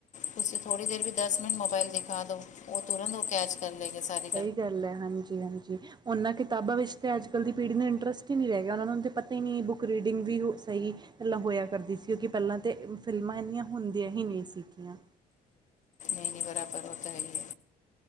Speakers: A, on the left; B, on the right.
A: ਤੁਸੀਂ ਥੋੜੀ ਦੇਰ ਵੀ ਦਸ ਮਿੰਟ ਮੋਬਾਇਲ ਦਿਖਾ ਦੋ ਉਹ ਤੁਰੰਤ ਉਹ ਕੈਚ ਕਰਾਂਗੇ ਸਾਰੇ
B: ਸਹੀ ਗੱਲ ਹੈ ਹਾਂਜੀ ਹਾਂਜੀ ਉਹਨਾਂ ਕਿਤਾਬਾਂ ਵਿੱਚ ਤਾਂ ਅੱਜ ਕੱਲ੍ਹ ਦੀ ਪੀੜ੍ਹੀ ਨੂੰ ਇੰਟਰਸਟ ਹੀ ਨਹੀਂ ਰਹਿ ਗਿਆ, ਉਹਨਾਂ ਨੂੰ ਤਾਂ ਪਤਾ ਹੀ ਨਹੀਂ ਬੁੱਕ ਰੀਡਿੰਗ ਵੀ ਹੋ ਸਹੀ ਪਹਿਲਾਂ ਹੋਇਆ ਕਰਦੀ ਸੀ, ਕਿਉਂਕਿ ਪਹਿਲਾਂ ਤਾਂ ਫਿਲਮਾਂ ਇੰਨੀਆਂ ਹੁੰਦੀਆਂ ਹੀ ਨਹੀਂ ਸਿਗਿਆਂ
A: ਨਹੀਂ ਬਰਾਬਰ ੳ ਤਾਂ ਹੈ ਹੀ,